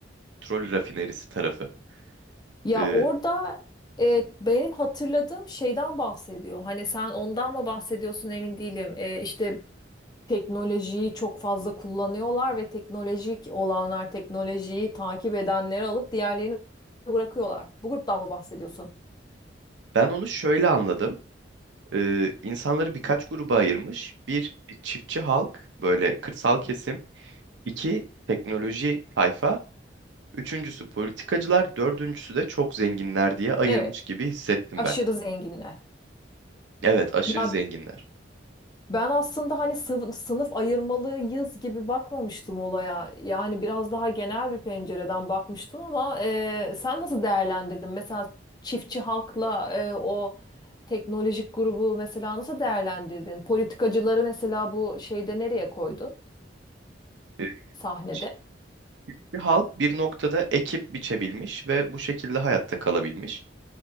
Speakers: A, on the right; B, on the left.
A: petrol rafinerisi tarafı.
B: Ya
A: E,
B: orada e, benim hatırladığım şeyden bahsediyor. Hani sen ondan mı bahsediyorsun emin değilim. E, işte teknolojiyi çok fazla kullanıyorlar ve teknolojik olanlar teknolojiyi takip edenleri alıp diğerlerini bırakıyorlar. Bu gruptan mı bahsediyorsun?
A: ben onu şöyle anladım. E, insanları birkaç gruba ayırmış. Bir çiftçi halk, böyle kırsal kesim. İki teknoloji tayfa. Üçüncüsü politikacılar, dördüncüsü de çok zenginler diye ayırmış
B: Evet,
A: gibi hissettim
B: aşırı
A: ben.
B: zenginler.
A: Evet, aşırı
B: Ya
A: zenginler.
B: Ben aslında hani sınıf sınıf ayırmalıyız gibi bakmamıştım olaya. Yani biraz daha genel bir pencereden bakmıştım ama e, sen nasıl değerlendirdin? Mesela çiftçi halkla e, o teknolojik grubu mesela nasıl değerlendirdin? Politikacıları mesela bu şeyde nereye koydun
A: E,
B: sahnede?
A: Çinli halk bir noktada ekip biçebilmiş ve bu şekilde hayatta kalabilmiş.